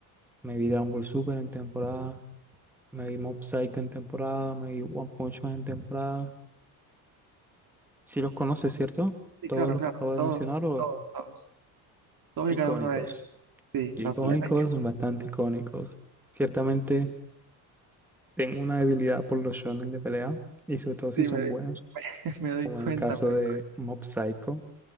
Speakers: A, in the centre; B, on the right.
A: Me vi Dragon Ball Super en temporada. Me vi Mob Psycho en temporada. Me vi One Punch Man en temporada. Si los conoces, ¿cierto?
B: Sí,
A: Todos
B: claro,
A: los
B: claro,
A: que acabo de
B: todos,
A: mencionar o...
B: todos, todos, todos
A: Icónicos.
B: y cada uno de ellos. Sí,
A: Icónicos,
B: la plena. <laughs>
A: son bastante icónicos. Ciertamente tengo una debilidad por los shonen de pelea y sobre todo si
B: Sí,
A: son
B: me doy,
A: buenos,
B: <laughs> me doy
A: como
B: cuenta,
A: en el caso
B: me doy
A: de
B: cuenta.
A: Mob Psycho